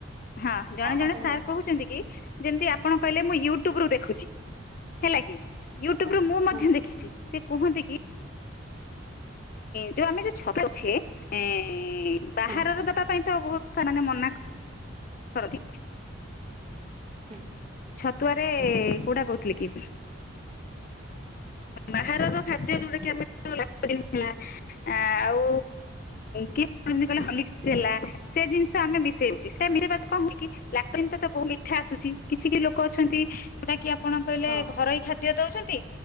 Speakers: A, on the left; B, on the right.
A: ହଁ ଜଣେ ଜଣେ
B: ହଁ ଶୁଣିପାରୁଛି
A: ସାର୍ କହୁଛନ୍ତି କି ଯେମତି ଆପଣ କହିଲେ ମୁଁ ୟୁଟ୍ୟୁବ ରୁ ଦେଖୁଛି ହେଲା କି। ୟୁଟ୍ୟୁବରେ
B: ଆଚ୍ଛା
A: ମୁଁ ମଧ୍ୟ
B: ହଁ
A: ଦେଖିଛି ସେ କୁହନ୍ତି କି। ଯୋଉ ଆମେ ଯ <unintelligible> ବାହାରର
B: ହଁ
A: ଦେବା ପାଇଁ ତ ବହୁତ ସେମାନେ ମନା କରନ୍ତି।
B: ହୁଁ।
A: ତୋରେ। କଉଟା କହୁଥିଲେ କି? ବାହାରର ଖାଦ୍ୟ ଯୋଉଟା କି ଆମେ ଆଉ କିଏ କହିଲା ହ୍ରଲିକ୍ସ ହେଲା ସେ ଜିନିଷ ଆମେ ମିଶେଉଛୁ ମିଶେଇବା କଁ ହଉଚି କି ଲାକ୍ଟୋଜେନ ତ ତ ବହୁ ମିଠା ଆସୁଛି କିଛି କି ଲୋକ ଅଛନ୍ତି। ଯଉଟା କି ଆପଣ କହିଲେ
B: ହଁ ହଁ
A: ଘରୋଇ ଖାଦ୍ୟ ଦଉଛନ୍ତି।